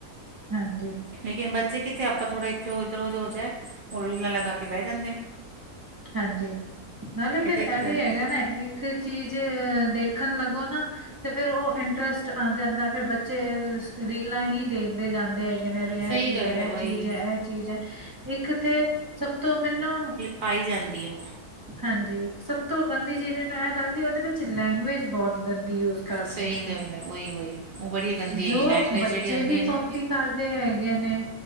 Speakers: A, on the right; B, on the right.
A: ਹਾਂਜੀ।
B: ਲੇਕਿਨ ਬੱਚੇ ਕਿੱਥੇ ਆਪਾਂ ਥੋੜਾ ਇਥੇ ਓਧਰ ਹੋ ਜਾਏ ਉਹ ਰੀਲਾ ਲਗਾ ਕੇ ਬਹਿ ਜਾਂਦੇ।
A: ਹਾਂਜੀ, ਨਾਲੇ
B: ਇਹਦੇ
A: ਫੇਰ ਐਵੀ
B: ਕਰਕੇ
A: ਹੈਗਾ ਨਾ ਏਹ ਕ ਚੀਜ਼ ਦੇਖਣ ਲੱਗੋ ਨਾ, ਤੇ ਫੇਰ ਉਹ ਇੰਟਰਸਟ ਆ ਜਾਂਦਾ ਫਿਰ ਬ ਚੇਅਰ ਰੀਲਾਂ ਹੀ ਦੇਖਦੇ ਜਾਂਦੇ ਹੈ <unintelligible> ਇਹਨਾਂ ਦੇ ਐ
B: ਸਹੀ
A: ਚੀਜ਼-
B: ਗੱਲ
A: ਐ
B: ਹੈ ਉਹੀ
A: ਚੀਜ਼- ਐ ਚੀਜ਼ ਏ, ਇੱਕ ਤੇ ਸਭ ਤੋਂ ਮੈਨੂੰ
B: ਪਾਈ ਜਾਂਦੀ ਉਹ।
A: ਹਾਂਜੀ, ਸਭ ਤੋਂ ਗੰਦੀ ਚੀਜ਼ ਮੈਨੂੰ ਐਂ ਲੱਗਦੀ, ਉਹਦੇ ਵਿੱਚ ਲੈਂਗੁਏਜ ਬਹਤ ਗੰਦੀ ਯੂਜ ਕਰਦੇ
B: ਸਹੀ
A: ਨੇ,
B: ਗੱਲ ਹੈ ਉਹੀ ਉਹੀ ਉਹ ਬੜੀ ਗੰਦੀ
A: ਜੋ
B: ਹੈਗੀ ਲੈਂਗੁਏਜ
A: ਬੱਚੇ
B: ਜਿਹੜੀ ਆਉਂਦੀ
A: ਵੀ
B: ਹੈ ਨਾ
A: ਕਾਪੀ ਕਰਦੇ ਹੈਗੇ ਨੇ।